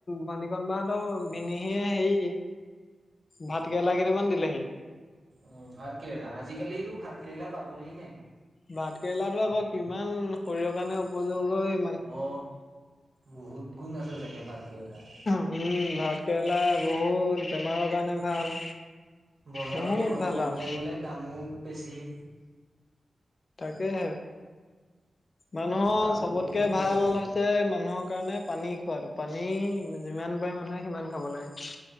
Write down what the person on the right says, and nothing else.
অ ভাত কেৰেলা আজিকালিতো ভাত কেৰেলা পাবলে নাই।
অ বহুত গুণ আছে চাগে ভাত কেৰেলাত।
বজাৰত
ক্ৰয়
কৰিবলৈ
গ'লে দামো বেছি।
পাবলে
নাইকিয়া
হৈছে